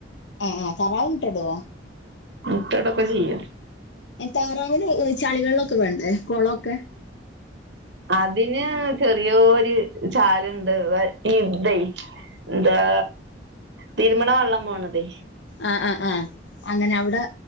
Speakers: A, on the left (about 70°); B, on the right (about 70°).
A: ആഹ് ആ താറാവ് മുട്ട ഇടോ
B: മുട്ടടൊക്കെ ചെയ്യും
A: താറാവിന് ചളി വെള്ളം ഒക്കെ വേണ്ടേ കുളമൊക്കെ
B: അതിന് ചെറിയ ഒരു ചാലുണ്ട് ഈത് ഇതാ തീരുമ്പ് ന വെള്ളം പോണത്
A: ആഹ് ആഹ് ആഹ അങ്ങനെ അവിടെ